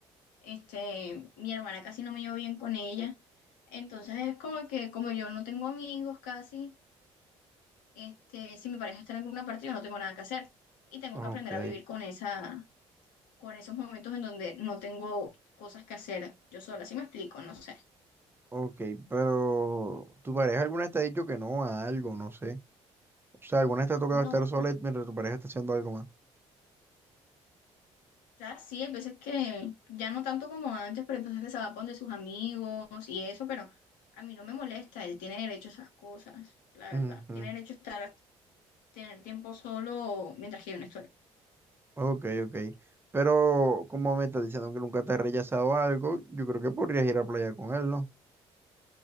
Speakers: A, on the left; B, on the right.
A: este, mi hermana casi no me llevo bien con ella, entonces es como que como yo no tengo amigos casi, este, si mi pareja está en alguna parte, yo no tengo nada que hacer y tengo
B: Ok,
A: que aprender a vivir con esa, con esos momentos en donde no tengo cosas que hacer yo sola, si me explico? No sé.
B: ok, pero tu pareja alguna vez te ha dicho que no a algo, no sé. O sea, alguna vez te ha tocado
A: No.
B: estar sola mientras tu pareja está haciendo algo más.
A: sea, sí, hay veces que ya no tanto como antes, pero hay veces que se va con de sus amigos y eso, pero a mí no me molesta, él tiene derecho a esas cosas, la
B: Ujú,
A: verdad. Tiene derecho a estar, a tener tiempo solo mientras que yo no estoy.
B: Ok, ok. Pero como me estás diciendo que nunca te ha rechazado algo, yo creo que podrías ir a playa con él, ¿no?